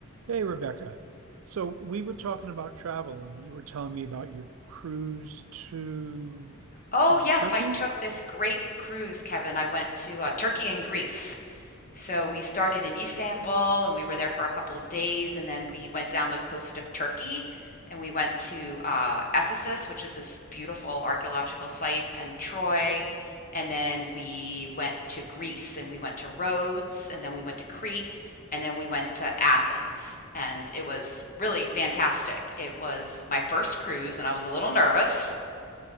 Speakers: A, on the right (about 70°); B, on the left (about 40°).
A: Hey, Rebecca. So we were talking about travel, and you were telling me about your cruise to,
B: Oh,
A: was
B: yes,
A: it Turkey?
B: I took this great cruise, Kevin. I went to uh, Turkey and Greece. So we started in Istanbul and we were there for a couple of days, and then we went down the coast of Turkey and we went to uh, Ephesus, which is this beautiful archaeological site, and Troy. And then we went to Greece and we went to Rhodes and then we went to Crete and then we went to Athens. And it was really fantastic. It was my first cruise and I was a little nervous